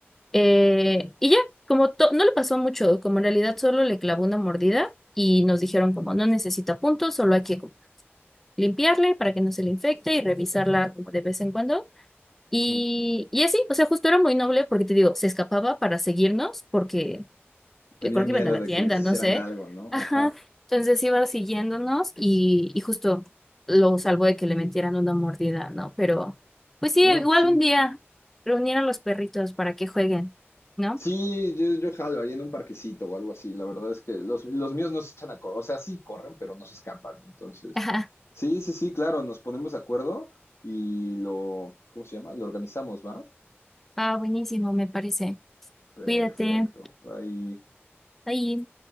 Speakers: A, in the centre; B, on the left.
A: Eh, y ya, como to- no le pasó mucho, como en realidad solo le clavó una mordida y nos dijeron como no necesita puntos, solo hay que como limpiarle para que no se le infecte y revisarla como de vez en cuando. Y,
B: ujú.
A: y así, o sea, justo era muy noble porque te digo, se escapaba para seguirnos porque
B: tenía
A: eh, creo
B: miedo
A: que iban a la
B: de
A: tienda,
B: que les hicieran
A: no sé.
B: algo, ¿no?
A: Ajá,
B: Ajá.
A: entonces iba siguiéndonos y, y justo lo salvó de que le metieran una mordida, ¿no? Pero pues sí,
B: No,
A: igual
B: pues sí.
A: un día reunir a los perritos para que jueguen, ¿no?
B: Sí, yo, yo jalo ahí en un parquecito o algo así. La verdad es que los, los míos no se echan a correr. O sea, sí corren, pero no se escapan. Entonces,
A: <laughs>
B: sí, sí, sí, claro, nos ponemos de acuerdo y lo, ¿cómo se llama? Lo organizamos, ¿va?
A: Ah, buenísimo, me parece.
B: Perfecto.
A: Cuídate.
B: Ahí,
A: Ahí.